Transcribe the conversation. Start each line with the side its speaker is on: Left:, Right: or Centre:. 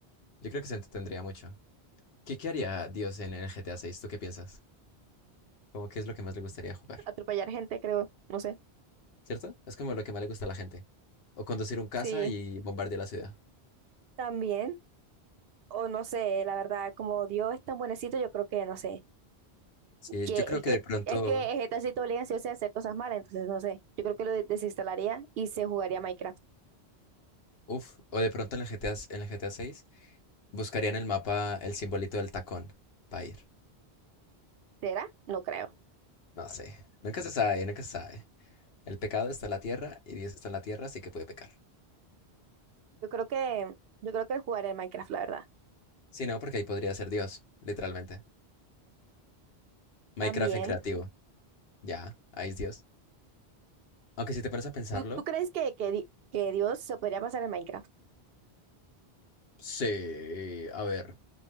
Left: Yo creo que se entretendría mucho. ¿Qué, qué haría Dios en el GTA 6? ¿Tú qué piensas? Como qué es lo que más le gustaría jugar,
Right: Atropellar gente, creo. No sé.
Left: ¿cierto? Es como lo que más le gusta a la gente. O conducir un caza
Right: Sí,
Left: y bombardear la ciudad.
Right: también. O no sé, la verdad, como Dios es tan buenecito, yo creo que, no sé.
Left: Sí,
Right: Que
Left: yo creo
Right: es
Left: que
Right: que
Left: de pronto...
Right: es que el GTA sí te obliga sí o sí, a hacer cosas malas, entonces no sé. Yo creo que lo de- desinstalaría y se jugaría Minecraft.
Left: Uf, o de pronto en el GTA, en el GTA 6. Buscaría en el mapa el simbolito del tacón para ir.
Right: ¿Será? No creo.
Left: No sé. Nunca se sabe, nunca se sabe. El pecado está en la tierra y Dios está en la tierra, así que puede pecar.
Right: Yo creo que, yo creo que jugaría el Minecraft, la verdad.
Left: Si no, porque ahí podría ser Dios, literalmente. Minecraft
Right: También.
Left: en creativo. Ya, ahí es Dios. Aunque si te pones a pensarlo,
Right: ¿Tú, tú crees que, que, di- que Dios se podría pasar en Minecraft?
Left: sí, a ver,